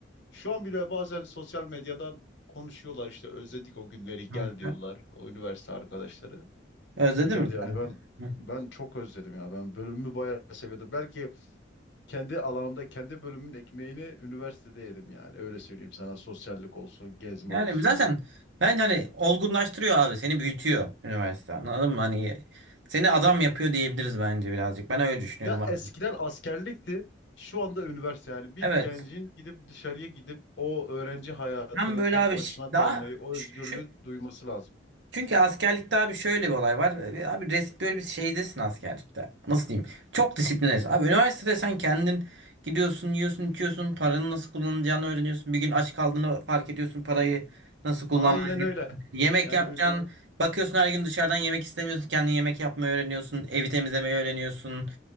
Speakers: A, on the left; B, on the right.
A: Şu an bile bazen sosyal medyadan konuşuyorlar işte özledik o günleri
B: Hı.
A: gel diyorlar o üniversite arkadaşları.
B: Özledin
A: Güzel
B: mi
A: yani
B: sen?
A: ben
B: Hı.
A: ben çok özledim ya ben bölümümü bayağı seviyordum. Belki kendi alanımda kendi bölümün ekmeğini üniversitede yedim yani öyle söyleyeyim sana sosyallik olsun gezme
B: Yani
A: olsun.
B: zaten bence hani olgunlaştırıyor abi seni büyütüyor üniversite anladın mı? Hani seni adam yapıyor diyebiliriz bence birazcık. Ben öyle düşünüyorum
A: Ya
B: abi.
A: eskiden askerlikti. Şu anda üniversite yani bir
B: Evet.
A: gencin gidip dışarıya gidip o öğrenci hayatını
B: Hem böyle
A: tek
B: abi
A: başına
B: ş-
A: kalmayı,
B: daha
A: o
B: şu,
A: özgürlüğü duyması lazım.
B: Çünkü askerlikte abi şöyle bir olay var. E, Abi res böyle bir şeydesin askerlikte. Nasıl diyeyim? Çok disiplinlisin. Abi üniversitede sen kendin gidiyorsun, yiyorsun, içiyorsun, paranın nasıl kullanılacağını öğreniyorsun. Bir gün aç kaldığını fark ediyorsun, parayı nasıl kullanmayı.
A: Aynen öyle.
B: Yemek
A: Yani
B: yapacaksın.
A: ünü-
B: Bakıyorsun her gün dışarıdan yemek istemiyorsun. Kendin yemek yapmayı öğreniyorsun. Evi temizlemeyi öğreniyorsun.